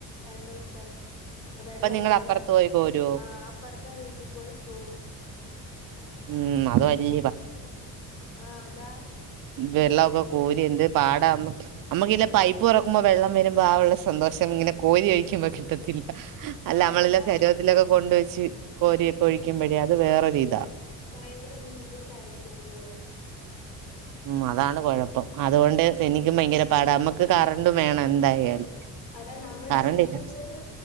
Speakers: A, on the left; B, on the right.
A: രണ്ടു ദിവസം വെള്ളവില്ലാതെ
B: അപ്പൊ നിങ്ങൾ അപ്പുറത്ത്
A: വന്ന്
B: പോയി കോരുവോ
A: ആ അപ്പർത്തെ വീട്ടിപോയി കോരി
B: ഉം അത് വല്ല്യ
A: ആ അതാ
B: വെള്ളൊക്കെ കോരി എന്ത് പാടാ നമ്മുക്ക്ല്ലെ പൈപ്പ് തൊറ ക്കുമ്പം വെള്ളം വരുമ്പം ആ ഉള്ള സന്തോഷം ഇങ്ങനെ കോരി ഒയ്ക്കുമ്പ കിട്ട അല്ല
A: ആഹ്
B: നമ്മളെല്ലാം
A: അതാ
B: ചെരുവത്തിലൊക്കെ കൊണ്ട് വെച്ച് കോരിയൊക്കെ ഒഴിക്കുമ്പോഴേ അത് വേറൊരിതാ
A: ഭയ്ങ്കര ബുദ്ധിമുട്ടായിരിക്കും അന്നേരം
B: ഉം അതാണ് കൊഴപ്പം അതുകൊണ്ട് എനിക്കും ഭയ്ങ്കര അമ്മക്ക് കറണ്ടും വേണം എന്തായാലും
A: അതാ നമ്മള്
B: കറണ്ടില്ല
A: ശീലിച്ചത്